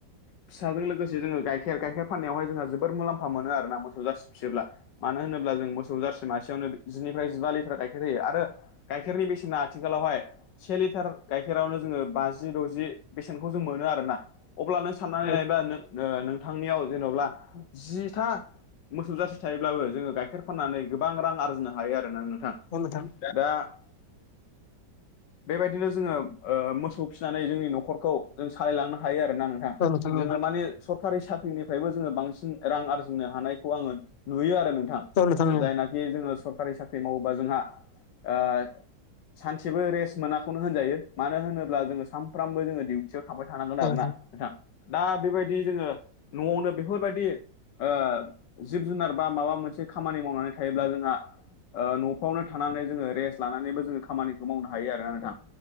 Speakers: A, on the left; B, on the left.
A: फिसाजों लोगोसे जोङो गाइखेर गाइखेर फाननायावहाय जोंहा जोबोर मुलाम्फा मोनो आरोना मोसो जार्सि फियोब्ला मानो होनोब्ला जों मो मोसौ जारसि मासेयावनो जिनिफ्राय जिबा लिटार गाइखेर होयो आरो गाइखेरनि बेसेना आथिखालावहाय से लिटार गाइखेरावनो जोङो बाजि द'जि बेसेनखौ जों मोनो आरोना अब्लानो नों सान नानै
B: औ औ
A: नायबा नों ओ नोंथांनियाव जेन'ब्ला जिथा मोसौ जारसि थायोब्लाबो जोङो गाइखेर फाननानै गोबां रां आरजिनो हायो आरोना नोंथां।
B: औ नोंथां।
A: दा <inaudible> बेबायदिनो जोङो ओ मोसौ फिनानै जोंनि न'खरखौ जों सालायलांनो हायो आरोना नोंथां।
B: औ औ
A: जोङो
B: नोंथां
A: माने सरकारि साख्रिनिफ्रायबो जोङो बांसिन रां आरजिनो हानाय खौ आङो नुयो आरो नोंथां
B: औ औ
A: जायनाख <unintelligible> जोङो सरकारि साख्रि मावोबा जोंहा ओ सानसेबो रेस मोनाखौनो होनजायो मानो होनोब्ला जोङो सानफ्रामबो जोङो दिडिउटियाव थाबाय थानांगोन
B: औ
A: आरो ना नोंथां! दा बेफोबायदि जोङो न'आवनो बेफोरबायदि ओ जिब जुनार बा माबा मोनसे खामानि मावनानै थायोब्ला जोंहा ओ न'फ्रावनो थानानै जोङो रेस लानानैबो जोङो खामानिखौ मावनो हायो आरो ना नोंथां?